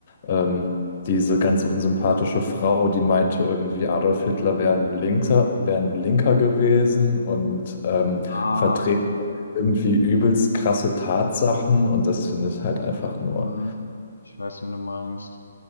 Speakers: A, on the left; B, on the left.
A: ähm, diese ganz unsympathische Frau, die meinte irgendwie, Adolf Hitler wäre ein Linker, wäre ein Linker gewesen und ähm,
B: Ah.
A: vertrete irgendwie übelst krasse Tatsachen und das finde ich halt einfach nur.
B: Hm, ich weiß, wen du meinst.